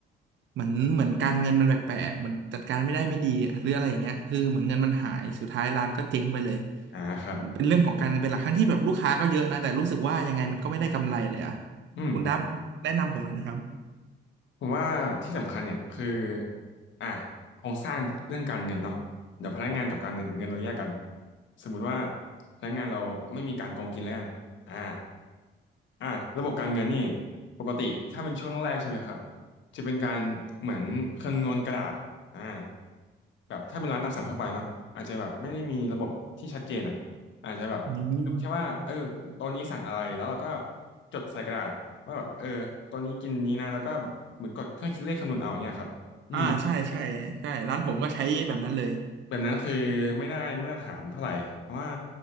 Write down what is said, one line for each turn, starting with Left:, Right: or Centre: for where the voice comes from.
Right: เหมือนเหมือนการเงินมันแปลกๆเหมือนจัดการไม่ได้ไม่ดีหรืออะไรอย่างเงี้ยคือเหมือนเงินมันหายสุดท้ายร้านก็เจ๊งไปเลย
Left: อ่าครับ
Right: เป็นเรื่องของการเงินเป็นหลักทั้งที่แบบลูกค้าก็เยอะนะแต่รู้สึกว่ายังไงมันก็ไม่ได้กำไรเลยอะ
Left: อืม
Right: คุณดับแนะนำผมหน่อยนะครับ
Left: ผมว่าที่สำคัญเนี่ยคืออ่ะโครงสร้างเรื่องการเงินเนาะเดี๋ยวพนักงานกับการเงินเงินเราแยกกันสมมุติว่าพนักงานเราไม่มีการโกงกินแล้วกันอ่าอ่ะระบบการเงินนี่ปกติถ้าเป็นช่วงแรกๆใช่ไหมครับจะเป็นการเหมือนคำนวณกระดาษอ่าแบบถ้าเป็นร้านตามสั่งทั่วไปเนาะอาจจะแบบไม่ได้มีระบบที่ชัดเจนอ่ะ อาจจะแบบดูแค่ว่าเออตัวนี้สั่งอะไรแล้วเราก็
Right: อืม
Left: จดใส่กระดาษว่าแบบเออตัวนี้กินนี้นะแล้วก็แบบเหมือนกดเครื่องคิดเลขคำนวณเอาอย่างเงี้ยครับอืม
Right: อ่าใช่ใช่ใช่ร้านผมก็ใช้แบบนั้นเลย
Left: แบบนั้นคือไม่ได้มาตรฐานเท่าไหร่เพราะว่า